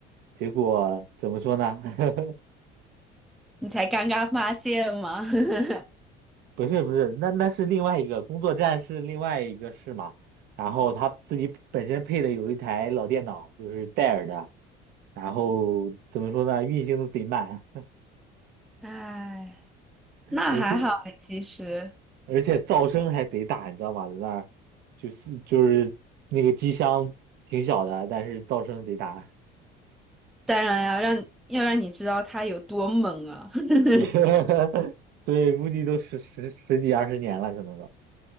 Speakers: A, on the right; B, in the centre.
A: 结果怎么说呢？<laughs>
B: 你才刚刚发现吗？<laughs>
A: 不是不是，那那是另外一个工作站是另外一个室嘛，然后他自己本身配的有一台老电脑，就是戴尔的，然后怎么说呢？运行的贼慢，
B: 哎，
A: <laughs>
B: 那还好哎其实，
A: 而且。而且噪声还贼大，你知道吗？在那儿就是就是那个机箱挺小的，但是噪声贼大。
B: 当然呀，让要让你知道它有多猛啊！<laughs>
A: <laughs> 对，估计都十十十几二十年了，可能都。